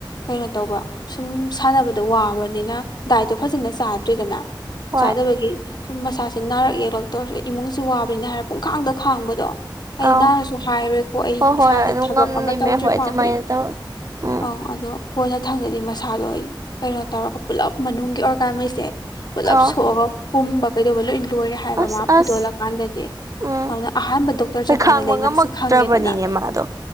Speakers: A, on the left; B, on the right.
A: ꯀꯩꯅꯣ ꯇꯧꯕ ꯁꯨꯝ ꯁꯥꯟꯅꯕꯗꯣ ꯋꯥꯕꯅꯤꯅ ꯗꯥꯏꯠꯇꯣ ꯐꯖꯅ ꯆꯥꯗ꯭ꯔꯤꯗꯅ꯫
B: ꯍꯣꯏ
A: ꯆꯥꯗꯕꯒꯤ ꯁꯨꯝ ꯃꯁꯥꯁꯦ ꯅꯥꯔꯛ ꯌꯦꯛꯂꯛ꯫ ꯇꯧꯔꯛ ꯏꯃꯨꯡꯁꯦ ꯋꯥꯕꯅꯤ ꯍꯥꯏꯔ ꯄꯨꯡꯈꯥꯡꯗ ꯈꯥꯡꯕꯗꯣ꯫ ꯑꯩ
B: ꯑꯧ
A: ꯅꯔꯥꯅꯁꯨ ꯍꯥꯏꯔꯣꯏꯀꯣ ꯑꯩ
B: ꯍꯣꯏ ꯍꯣꯏ
A: ꯏꯁꯥꯥꯁꯦ
B: ꯑꯗꯨꯝ
A: ꯊꯕꯛ
B: ꯉꯝꯃꯤꯃꯦ
A: ꯑꯃ ꯇꯧꯗ꯭ꯔꯤ
B: ꯍꯣꯏ
A: ꯐꯥꯎꯗꯤ꯫
B: ꯑꯗꯨꯃꯥꯏꯅ ꯇꯧꯋꯤ ꯎꯝ
A: ꯑꯧ ꯑꯗꯣ ꯀꯣꯟꯅ ꯊꯪꯗꯗꯤ ꯃꯁꯥꯗꯣ ꯑꯩ ꯀꯩꯅꯣ ꯇꯧꯔꯒ ꯄꯨꯂꯞ ꯃꯅꯨꯡꯒꯤ ꯑꯣꯔꯒꯥꯟ ꯃꯩꯁꯦ꯫ ꯄꯨꯂꯞ
B: ꯑꯧ
A: ꯁꯣꯛꯑꯒ ꯄꯨꯝꯕ ꯀꯩꯗꯧꯕ ꯂꯣꯏ ꯂꯣꯏꯔꯦ ꯍꯥꯏꯕ
B: ꯑꯁ
A: ꯃꯥ꯫ ꯐꯨꯗꯣꯂꯛꯀꯥꯟꯗꯗꯤ
B: ꯑꯁ ꯎꯝ
A: ꯑꯗꯨꯅ ꯑꯍꯥꯟꯕ ꯗꯣꯛꯇꯔ
B: ꯍꯣꯏ
A: ꯆꯠꯀꯥꯟꯗ
B: ꯈꯥꯡꯕ
A: ꯂꯥꯏꯅꯥꯁꯤ
B: ꯉꯝꯃꯛꯇ꯭ꯔꯕꯅꯤꯅꯦ
A: ꯈꯪꯉꯦꯗꯅ꯫
B: ꯃꯥꯗꯣ